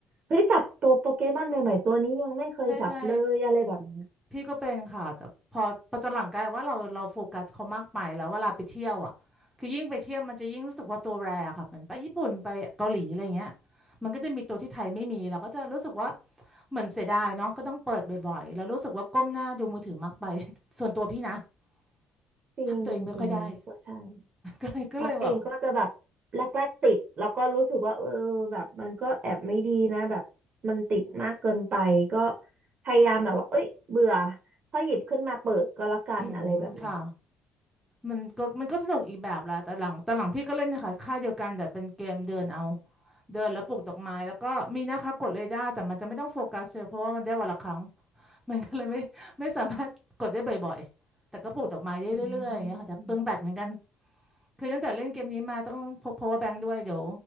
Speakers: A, on the right (about 40°); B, in the centre.
A: เฮ้ยจับตัวโปเกมอนใหม่ๆตัวนี้ยังไม่เคยจับเลยอะไรแบบเนี้ย
B: ใช่ใช่ พี่ก็เป็นค่ะแต่พอพอตอนหลังกลายเป็นว่าเราเราโฟกัสเขามากไปแล้วเวลาไปเที่ยวอ่ะคือยิ่งไปเที่ยวมันจะยิ่งรู้สึกว่าตัวแรอะค่ะเหมือนไปญี่ปุ่นไปเกาหลีอะไรเงี้ยมันก็จะมีตัวที่ไทยไม่มีเราก็จะรู้สึกว่าเหมือนเสียดายเนาะก็ต้องเปิดบ่อยๆแล้วรู้สึกว่าก้มหน้าดูมือถือมากไป <laughs> ส่วนตัวพี่นะ <laughs>
A: จริงจริงก็ใช่
B: ห้ามตัวเองไม่ค่อยได้ <laughs> ก็เลยก็เลยแบบ
A: ตักเองก็จะแบบแรกๆติดแล้วก็รู้สึกว่าเออแบบมันก็แอบไม่ดีนะแบบมันติดมากเกินไปก็พยายามแบบว่าเอ้ยเบื่อค่อยหยิบขึ้นมาเปิดก็แล้วกันอะไรแบบเนี้ย
B: อืมค่ะ มันก็มันก็สนุกอีกแบบละแต่หลังแต่หลังพี่ก็เล่นนะคะค่ายเดียวกันแต่เป็นเกมเดินเอาเดินแล้วปลูกดอกไม้แล้วก็มีนะคะกดเรดาร์แต่มันจะไม่ต้องโฟกัสเลยเพราะว่ามันได้วันละครั้ง <laughs> มันก็เลยไม่ไม่สามารถกดได้บ่อยๆแต่ก็ปลูกดอกไม้ได้เรื่อยๆอย่างเงี้ยค่ะแต่เปลืองแบตเหมือนกัน
A: อืม
B: คือตั้งแต่เล่นเกมนี้มาต้องพก power bank ด้วยเดี๋ยว